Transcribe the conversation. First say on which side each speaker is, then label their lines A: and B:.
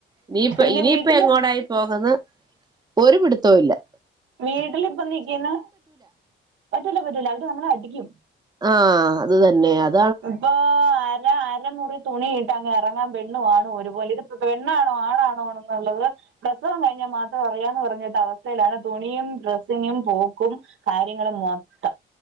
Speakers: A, on the right (about 20°); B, on the right (about 75°).
A: ഇനീപ്പോ
B: പിന്നെ
A: ഇനിയിപ്പ
B: വീട്ടില്
A: എങ്ങോടായി പോകുന്ന് ഒരു പിടുത്തോം ഇല്ലാ
B: വീട്ടിലിപ്പൊ നിക്കുന്ന പറ്റൂല്ലാ പറ്റൂല്ലാ അവര് നമ്മളെ അടിക്കും.
A: ആഹ് അത് തന്നെ അത്
B: ഇപ്പോ ആ അരമുറി തുണിയിട്ട് അങ്ങ് എറങ്ങാൻ പെണ്ണും ആണും ഒരു പോലെ ഇത് പെണ്ണാണോ ആണാണോ എന്നുള്ളത് പ്രസവം കഴിഞ്ഞാ മാത്രം അറിയാന്ന് പറഞ്ഞിട്ട അവസ്ഥയിലാണ് തുണിയും ഡ്രസ്സിങ്ങും പോക്കും കാര്യങ്ങള് മൊത്തം